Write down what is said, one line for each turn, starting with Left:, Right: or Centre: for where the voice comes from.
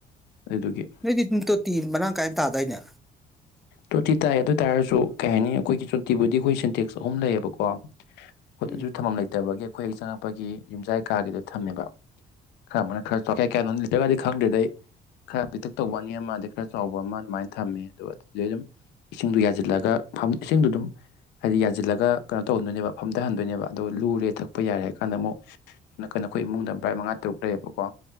Left: ꯑꯗꯨꯒꯤ
Centre: ꯅꯣꯏꯗꯤ ꯑꯗꯨꯝ ꯇꯣꯇꯤ ꯃꯔꯥꯡ ꯀꯥꯏꯅ ꯇꯥꯗꯥꯏꯅꯦ
Left: ꯇꯣꯇꯤ ꯇꯥꯏ ꯑꯗꯨ ꯇꯥꯔꯁꯨ ꯀꯩ ꯍꯥꯏꯅꯤ ꯑꯩꯈꯣꯏꯒꯤ ꯐꯤꯜꯇꯤꯕꯨꯗꯤ ꯑꯩꯈꯣꯏ ꯁꯤꯟꯇꯦꯛꯁ ꯑꯍꯨꯝ ꯂꯩꯌꯦꯕꯀꯣ ꯑꯈꯣꯏ
Centre: ꯎꯝ
Left: ꯑꯗꯨ ꯊꯝꯐꯝ ꯂꯩꯇꯕꯒꯤ ꯑꯩꯈꯣꯏ ꯍꯦꯛ ꯆꯪꯉꯛꯄꯒꯤ ꯌꯨꯝꯖꯥꯏ ꯀꯥꯒꯤꯗ ꯊꯝꯃꯦꯕ ꯈꯔ ꯑꯃꯅ ꯈꯔ ꯆꯥꯌꯦ ꯀꯌꯥ ꯀꯌꯥꯅꯣ ꯂꯤꯇ꯭ꯔꯒꯗꯤ ꯈꯪꯗꯦꯗ ꯑꯩ ꯈꯔ ꯄꯤꯛꯇꯛ ꯇꯧꯕ ꯑꯅꯤ ꯑꯃ ꯑꯗꯩ ꯈꯔ ꯆꯥꯎꯕ ꯑꯃ ꯑꯗꯨꯃꯥꯏꯅ ꯊꯝꯃꯦ ꯑꯗꯨꯒ ꯂꯩꯔꯝꯃꯤ ꯏꯁꯤꯡꯗꯨ ꯌꯥꯖꯤꯜꯂꯒ ꯐꯝ ꯏꯁꯤꯡꯗꯨ ꯑꯗꯨꯝ ꯍꯥꯏꯗꯤ ꯌꯥꯟꯖꯤꯜꯂꯒ ꯀꯩꯅꯣ ꯇꯧꯗꯣꯏꯅꯦꯕ ꯐꯝꯗꯍꯟꯗꯣꯏꯅꯦꯕ ꯑꯗꯨꯒ ꯂꯨꯔꯦ ꯊꯛꯄ ꯌꯥꯔꯦ ꯍꯥꯏ ꯀꯥꯟꯗ ꯑꯃꯨꯛ ꯅꯀꯟꯗ ꯑꯈꯣꯏ ꯏꯃꯨꯡꯗ ꯚ꯭ꯔꯥꯏꯠ ꯃꯉꯥ ꯇꯔꯨꯛ ꯂꯩꯌꯦꯕꯀꯣ